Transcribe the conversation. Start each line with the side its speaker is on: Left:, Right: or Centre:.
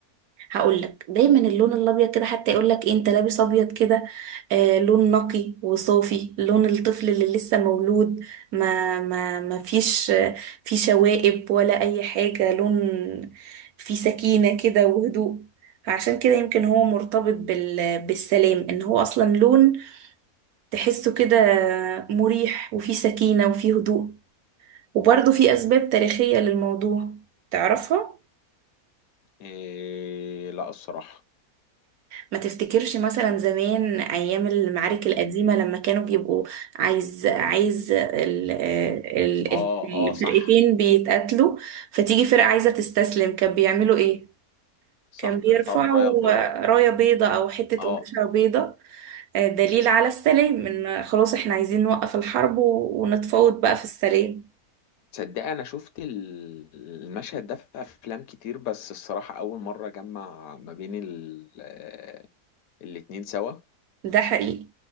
Right: هقول لك دايما اللون الابيض كده حتى يقول لك إيه انت لابس ابيض كده آه لون نقي وصافي لون الطفل اللي لسه مولود ما ما ما فيش آه، في شوائب ولا اي حاجه لون فيه سكينه كده وهدوء فعشان كده يمكن هو مرتبط بال بالسلام ان هو اصلا لون تحسه كده مريح وفيه سكينه وفيه هدوء وبرضه في اسباب تاريخيه للموضوع تعرفها
Left: إيه لا الصراحه
Right: ما تفتكرش مثلا زمان ايام المعارك القديمه لما كانوا بيبقوا عايز عايز ال ال
Left: اه
Right: ال- الفرقتين
Left: اه صح
Right: بيتقاتلوا فتيجي فرقه عايزه تستسلم كان بيعملوا ايه
Left: صح
Right: كان بيرفعوا
Left: بيرفعوا الرايه البيضاء
Right: رايه بيضه او حته
Left: اه
Right: قماشه بيضه آه، دليل على السلام ان خلاص احنا عايزين نوقف الحرب و- ونتفاوض بقى في السلام
Left: تصدق انا شفت ال- المشهد ده في افلام كتير بس الصراحه اول مره جمع ما بين ال- آه، الاتنين سوا
Right: ده حقيقي